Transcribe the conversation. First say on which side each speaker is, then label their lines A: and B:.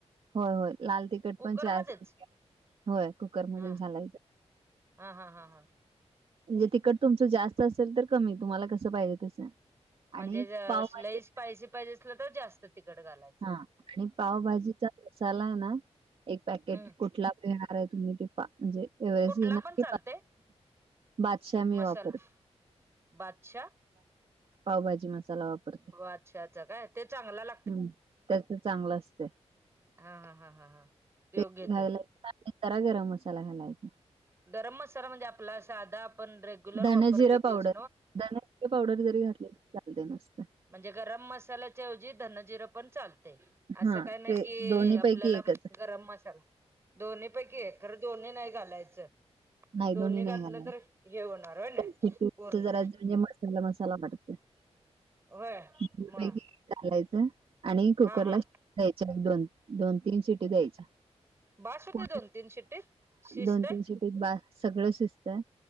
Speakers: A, on the right; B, on the right.
A: होय होय लाल तिखट
B: कुकरमध्येच
A: पण चार चम होय कुकरमध्येध्ये
B: हा
A: झालायच
B: हा हा हा हां
A: म्हणजे तिकट तुमचं जास्त असेल तर कमी तुम्हाला कसं पाहिजे तसं
B: म्हणजे
A: आणि पावभाजी
B: लई स्पायसी पाहिज असलं तर जास्त तिकड घालायच
A: हा आणि पावभाजीचा मसाला आहे ना एक पॅकेट
B: हम्म
A: कुठला र आहे तुम्ही टिपा म्हणजे एवेस
B: कुठला
A: घेणार
B: पण चालतय
A: की बादशा मी
B: मसाला
A: वापरत
B: बादशाह
A: पावभाजी मसाला वापरते
B: अच्छा अच्छ काय ते चांग लाग
A: हम्म त्याच चांगलं असत
B: हा हा हा हा हा तो
A: तेयला
B: घेतो
A: जरा गरम मसाला घालायचा
B: गरम मसाला म्हणजे आपला साधा ण रेग्युलर
A: धनजिरा
B: वापरतेच
A: पावडर धनजिरा पावडर जरी घातली तरी चालते नसतं
B: म्हणजे गरम मसाल्याच्याऐवजी धन जिरं पण चाल असं
A: हा
B: काय नाही
A: ते
B: कि
A: दोन्ही
B: आपल्याला
A: पैकी एकच
B: गरम मसाला दोन्ही पैकी एक खरं दोन्ही नाही घालायचं
A: नाही
B: दोन्ही
A: नाही
B: घातलं
A: घालायचं
B: तर ये होणार आहेय ना
A: खिचडीचं
B: पर्ण
A: जरा म्हणजे मसाला मसाला वाटतैकी
B: होय म
A: घालायचं आणि कुकरला
B: हा हा
A: द्यायच्या दोन दोन तीन शिटी द्यायच्या
B: बास होते
A: हा
B: दोन तीन शिट्टीत शिजतय
A: दोन तीन शिटी बा सगळं शिजतय